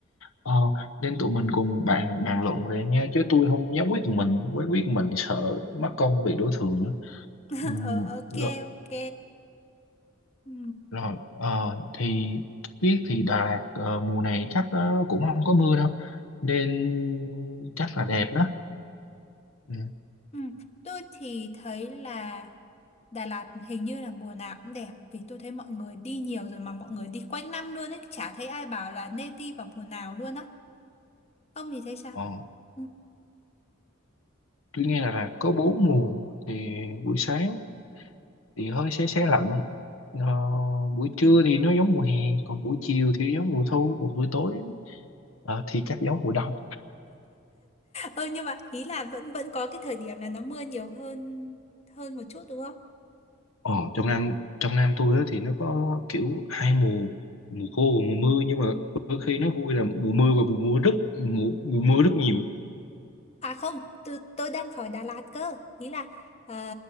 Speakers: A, on the left; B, on the left.
A: ờ, nên tụi mình cùng bàn bàn luận về nha chứ tôi không dám quyết mình quyết quyết mình sợ mất công bị đổ thừa nữa
B: <laughs>
A: ừ.
B: ờ ok
A: rồi,
B: ok ừ.
A: rồi ờ, thì biết thì Đà Lạt ờ, mùa này chắc ờ, cũng không có mưa đâu nên chắc là đẹp đó Ừ.
B: Ừ. Tôi thì thấy là Đà Lạt hình như là mùa nào cũng đẹp vì tôi thấy mọi người đi nhiều rồi mà mọi người đi quanh năm luôn ấy chả thấy ai bảo là nên đi vào mùa nào luôn á ông thì thấy sao
A: Ờ,
B: ừ.
A: tôi nghe là, là có bốn mùa thì buổi sáng thì hơi se se lạnh ờ, buổi trưa thì nó giống mùa hè còn buổi chiều thì giống mùa thu còn buổi tối ờ, thì chắc giống mùa đông
B: Ờ, nhưng mà ý là vẫn vẫn có cái thời điểm là nó mưa nhiều hơn hơn một chút đúng không
A: ờ, trong Nam trong Nam tôi á, thì nó có kiểu hai mùa mùa khô và mùa mưa nhưng mà đôi khi nó vui là mùa mưa và mùa mưa rất mùa, mùa mưa rất nhiều
B: à không tôi tôi đang hỏi Đà Lạt cơ ý là ờ,